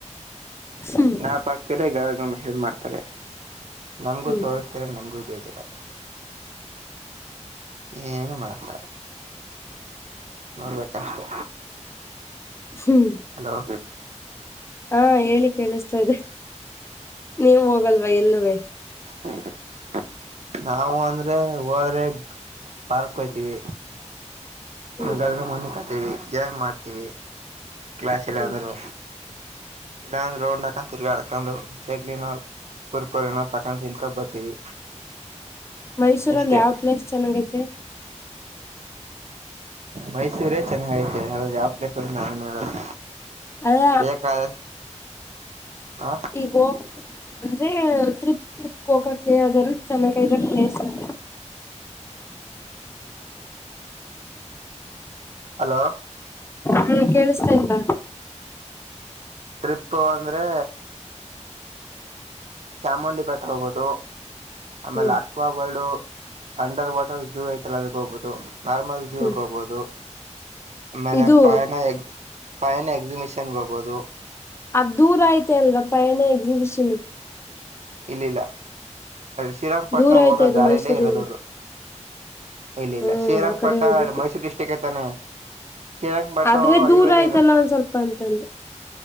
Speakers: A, on the left (about 20°); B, on the right (about 65°).
A: ಹ್ಮ್
B: <unintelligible>
A: ಹ್ಮ್
B: ರ ನಮಗೂ ಬೇಜಾರು ಏನು ಮಾಡಕ್ಕ ನೋಡ್ಬೇಕಷ್ಟೆ
A: ಹ್ಮ್
B: ಹಲೋ
A: ಹಾ ಹೇಳಿ ಕೇಳಿಸ್ತದೆ ನೀವು ಹೋಗಲ್ವಾ ಎಲ್ಲುವೇ
B: ಹ್ಮ ಹ <inaudible> ನಾವವು ಅಂದ್ರೆ ಹೋದ್ರೆ ಪಾರ್ಕ್ ಹೋಯ್ತಿವಿ
A: ಹ್ಮ್
B: ಗಲ್ ಮನಿ ಕತ್ತೇವಿಜ್ ಮಾಡ್ತೀವಿ ಕ್ಲಾಸ್ ಎಲ್ಲ
A: ಹ್ಮ್
B: ಅಂದ್ರೆ ಎಲ್ಲಾ ರೌಂಡ್ ಹಾಕೊಂಡುಕ ತಿರುಗಾಡುಕೊಂಡು ಚಕ್ಲಿನಾ ಕುರು ಕುರಿ ತಕೊಂಡ್ ತಿನ್ಕೊ ಬರ್ತೀವಿ
A: ಮೈಸೂರಲ್ಲಿ
B: ಅಷ್ಟೇ
A: ಯಾವ ಪ್ಲೇಸ್ ಚೆನ್ನಾಗ ಐತೆ
B: ಮೈಸೂರೇ ಚೆನ್ನಾಗ ಐತೆ ಯ ಯಾವ್ ಪ್ಲೇಸ್ ಅರು ನಾವೇನ್ ಹೇಳದು
A: ಅಲ್ಲ
B: ಬೇಕಾದ ಹ
A: ಈಗೋ ಅಂದ್ರೆ ತ್ರಿಪ್ ಕೋಕಕ್ಕೆ ಅದರ ಚೆಮಕ ಇದ ಪ್ಲೇಸ್ <inaudible>
B: ಹಲೋ
A: ಹಾ ಕೇಳಿಸತಲ್ಲ
B: ಟ್ರಿಪ್ಪು ಅಂದ್ರೆ ಚಾಮುಂಡಿ ಬೆಟ್ಟ ಹೋಗೋದು ಆಮೇಲೆ
A: ಹ್ಮ್
B: aqua bird under water zoo ಐತಲ್ಲ ಅ ಹೋಗ್ಬಹುದು ನಾರ್ಮಲ್ ಝೂಗೆ
A: ಹ್ಮ್
B: ಹೋಗ್ಬಹುದು ಆಮೇಲೆ
A: ಇದು
B: ಪಯಣ ಎಕ್ ಪಯನ ಎಕ್ಸಿಬಿಷನ್ ಹೋಗಬಹುದು
A: ಅದು ದೂರ ಆಯ್ತೆ ಅಲ್ವಾ ಪಯಣ ಎಕ್ಸಿಬಿಷನ್
B: ಇಲ್ಲಿಲ್ಲ ಶ್ರೀರಂಗಪಟ್ಟಣಂ
A: ದೂರ
B: ಹೋಗ
A: ಐತೆ ಅದು
B: ದಾರಲ್ಲೇ
A: ಮೈಸೂರಿಂದ
B: ಇರೋದದು ಇಲ್ಲ ಇಲ್ಲ
A: ಹ್ಮ್
B: ಶ್ರೀರಂಗಪಟ್ಟಣ
A: ಆ ಕಡೆ ಹೋಗ್ಬೇಕು
B: ಮೈಸೂರು ಡಿಸ್ಟ್ರಿಕ್ ಐತಾನೆ ಶ್ರೀರಂಗಪಟ್ಟಣ
A: ಆದ್ರೆ
B: ಹೋಗೋ
A: ದೂರ
B: ಹೈವೇಲೆ
A: ಆಯ್ತಲ್ಲಾ ಒಂದ್ ಸ್ವಲ್ಪ ಅಂತಂದ